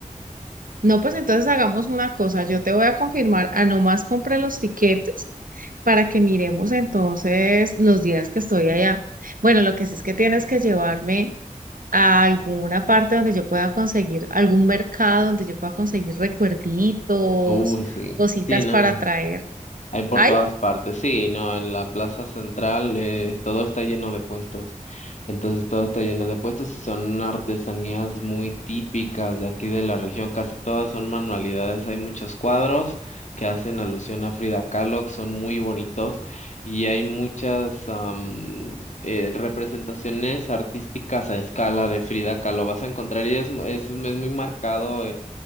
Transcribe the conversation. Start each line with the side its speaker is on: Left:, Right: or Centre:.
Right: No, pues entonces hagamos una cosa, yo te voy a confirmar, a nomás compré los tiquetes para que miremos entonces los días que estoy allá. Bueno, lo que sí es que tienes que llevarme a alguna parte donde yo pueda conseguir, algún mercado donde yo pueda conseguir recuerditos,
Left: Uy, sí.
Right: cositas
Left: Sí, no.
Right: para traer.
Left: Hay por
Right: Hay
Left: todas partes, sí, no, en la plaza central eh, todo está lleno de puestos, entonces todo está lleno de puestos y son artesanías muy típicas de aquí de la región, casi todas son manualidades, hay muchos cuadros que hacen alusión a Frida Kahlo, que son muy bonitos y hay muchas am, eh, representaciones artísticas a escala de Frida Kahlo, vas a encontrar y es, mu- es es muy marcado